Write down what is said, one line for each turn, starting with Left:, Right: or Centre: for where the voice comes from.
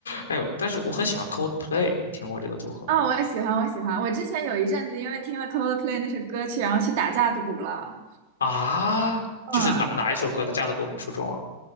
Left: 还有，但是我很喜欢 Coldplay，你听过这个组合吗？
Right: 哦，我喜欢，我喜欢。我之前有一阵子因为听了 Coldplay 那首歌曲，然后去打架子鼓了。
Left: 啊，
Right: 嗯，
Left: 就是哪哪一首歌他架子鼓很出众啊？